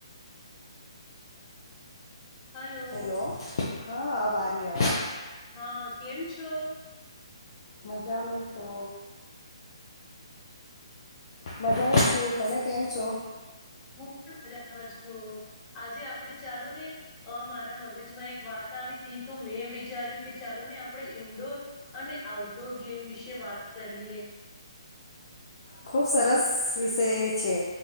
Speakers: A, on the left; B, on the left.
A: હલો?
B: હેલો હા આ વારી અવા
A: હા કેમ છો?
B: મજામે છો. મજામાં છું, તમે કેમ છો?
A: હું પણ મજામાં છું, આજે આપણે ચાલો ને મારા મગજમાં એક વાત આવી હતી તો મેં વિચાર્યું કે ચાલો ને આપણે ઇન્ડોર અને આઉટડોર ગેમ વિશે વાત કરીએ.
B: ખૂબ સરસ વિષય છે,